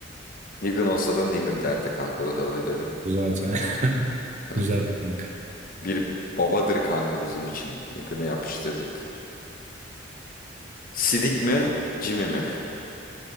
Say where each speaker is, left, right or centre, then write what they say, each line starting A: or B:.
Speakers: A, on the left; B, on the right.
A: Negan olsa da Negan derdi kanka. Bu da böyle bir
B: Bu zaten.
A: dipnot.
B: <laughs>
A: <laughs>
B: Güzel kanka.
A: Bir babadır kanka bizim için. Negan'ı yapıştırdık. Sidik mi? Jimmy mi?